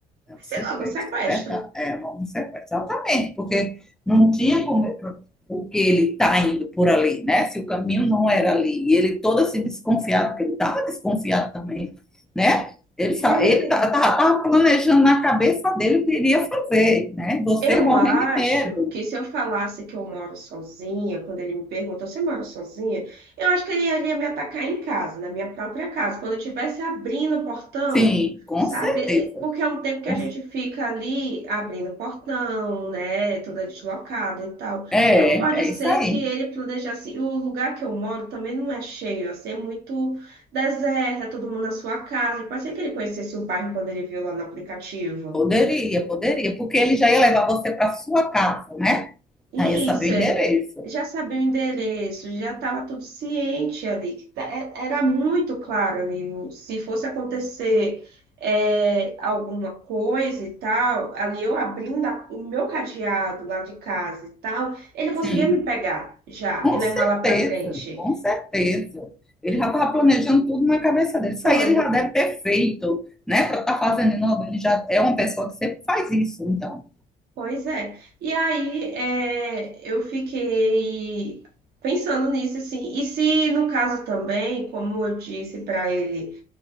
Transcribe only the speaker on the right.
Pensei
logo, um sequestro.
É.
Eu
acho
que se eu falasse que eu moro sozinha, quando ele me pergunta, você mora sozinha? Eu acho que ele ia ele ia me atacar em casa, na minha própria casa, quando eu estivesse abrindo o portão,
sabe?
É, Porque é um tempo que
a gente
fica ali abrindo o portão, né? Toda deslocada e tal.
Então pode ser
que ele planejasse. E O lugar que eu moro também não é cheio, assim, é muito deserto, é todo mundo na sua casa. E pode ser que ele conhecesse o bairro quando ele viu lá no aplicativo.
Isso,
é.
Já sabia o endereço, já estava tudo ciente ali. que tá- é- Era muito claro ali. o- Se fosse acontecer é, alguma coisa e tal, ali eu abrindo a- o meu cadeado lá de casa e tal, ele conseguia
me pegar já
e levar
lá para frente.
Foi,
pois é. E aí é, eu fiquei pensando nisso assim. E se no caso também, como eu disse para ele.